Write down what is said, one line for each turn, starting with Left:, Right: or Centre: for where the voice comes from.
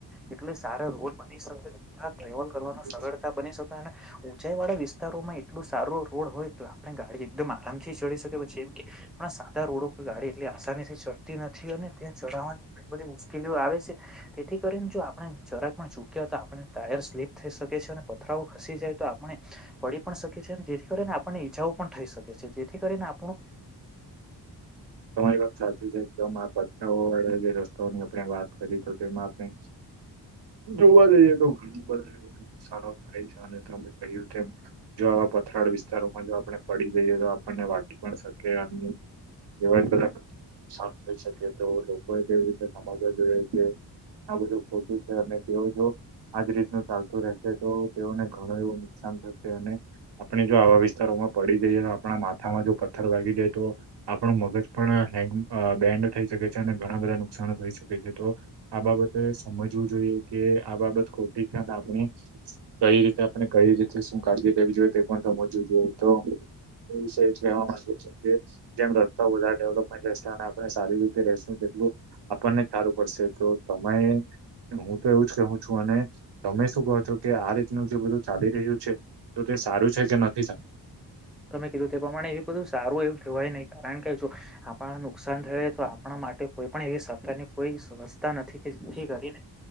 Centre: એટલે સારા રોડ બની શકે ટ્રાવલ કરવામા
Right: છે
Centre: સરળતા બની શકે અને ઉંચાઈ વાળા વિસ્તારોમાં એટલું સારો રોડ હોય તો આપણે ગાડી એકદમ આરામથી ચડી શકે પછી એમ પણ સાદા રોડો ઉપરગાડી એટલી આસાની થી ચડતી નથી અને ત્યાં ચડાવવાની ઘણી બધી મુશ્કેલીઓ આવે જેથી કરીને જો આપણે જરાક પણ ચૂક્યા આપણા ટાયર સ્લીપ થઈ શકે છે અને પથરાઓ ખસી જાય તો આપણે પડી પણ શકીએ છીએ જેથી કરીને આપને ઈજાઓ પણ થઈ શકે છે જેથી કરીને આપણું
Right: તમારી વાત સાચી છે કે પથરાઓ વાળા જે રસ્તાઓની આપણે વાત કરી તો તેમાં આપણે જોવા જઈએ તો ઘણું બધું સારો થાય છે અને તમે કહ્યું તેમ વા પથરા વિસ્તારોમાં જો આપણે પડી જઈએ તો આપણને વાગી પણ શકે એમ એવાય બધા સાંભળી શકે તો લોકોએ કેવી રીતે સમાજવા જોઈએ છે. આ બધું ખોટું છે અને તેઓ જો આજ રીતનું ચાલતું રહેશે તો તેઓને ઘણું એવું નુકસાન આપણે જો આવા વિસ્તારોમાં પડી જઈએ તો આપણા માથામાં જો પથ્થર વાગી જાય તો આપણું મગજ પણ હેંગ બેન્ડ થઈ શકે છે અને ઘણા બધા નુકસાન થઈ શકે છે તો આ બાબત સમજવું જોઈએ કે આ બાબત ખોટી છે ને આપણે કઈ રીતે આપણે કઈ રીતે શું કાળજી લેવી જોઈએ તે પણ સમજવું જોઈએ તો એ વિષય છે કેવા માંગુ જેમ રસ્તા વધારે ડેવલપમેન્ટ અને આપણે સારી રીતે રેશું તેટલું આપણને સારું પડશે એટલે મે હું તો એવું જ કહું છું અને તમે શું કહો છો કે આ રીતનું જે બધું ચાલી રહ્યું છે તો તે સારું છે કે નથી સારું.
Centre: તમે કીધું તે પ્રમાણે એ બધું સારું એવું કહેવાય નહી કારણ કે જો આપણા નુકસાન થાય તો આપણા માટે કોઈ પણ એવી સરકારની કોઈ વેવસ્થા નથી કે જેથી કરીને